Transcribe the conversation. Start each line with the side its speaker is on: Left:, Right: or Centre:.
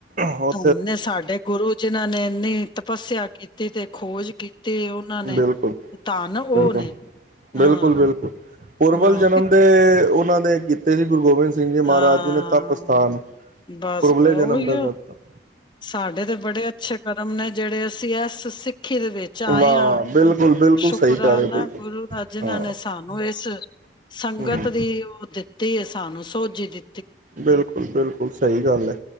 Right: ਹੋਰ
Left: ਉਹਨੇ ਸਾਡੇ ਗੁਰੂ ਜਿਨਾਂ ਨੇ ਇੰਨੀ ਤਪੱਸਿਆ ਕੀਤੀ। ਕੀਤੀ ਤੇ ਖੋਜ ਕੀਤੀ, ਉਹਨਾਂ ਨੇ
Right: ਬਿਲਕੁਲ
Left: ਧੰਨ ਉਹ
Right: ਬਿਲਕੁਲ
Left: ਨੇ ਹਾਂ,
Right: ਬਿਲਕੁਲ ਬਿਲਕੁਲ ਪੂਰਵਲ
Left: ਹਾਂ
Right: ਜਨਮ ਦੇ ਉਹਨਾਂ ਨੇ ਕੀਤੇ ਜੀ ਗੁਰੂ ਗੋਬਿੰਦ ਸਿੰਘ ਜੀ ਮਹਾਰਾਜ
Left: ਹਾਂ
Right: ਜੀ ਨੇ ਤਪ ਸਥਾਨ
Left: ਬਸ
Right: ਪੁਰਬਲੇ
Left: ਉਹੀ
Right: ਜਨਮ ਦਾ
Left: ਆ
Right: ਤਪ
Left: ਸਾਡੇ ਤੇ ਬੜੇ ਅੱਛੇ ਕਰਮ ਨੇ ਜਿਹੜੇ ਅਸੀਂ ਇਸ ਸਿੱਖੀ ਦੇ ਵਿੱਚ ਆਏ
Right: ਵਾਹ
Left: ਆ
Right: ਬਿਲਕੁਲ ਬਿਲਕੁਲ
Left: ਸ਼ੁਕਰਾਨਾ
Right: ਸਹੀ ਕਹਿ ਰਹੇ ਬਿਲਕੁਲ
Left: ਗੁਰੂ ਦਾ ਜਿਨਾਂ
Right: ਹਾਂ
Left: ਨੇ ਸਾਨੂੰ ਇਸ ਸੰਗਤ
Right: ਹੂੰ
Left: ਦੀ ਓਟ ਦਿੱਤੀ ਤੇ ਸਾਨੂੰ ਸੋ ਜੀ ਜੀ
Right: ਬਿਲਕੁਲ ਬਿਲਕੁਲ ਸਹੀ ਗੱਲ ਹੈ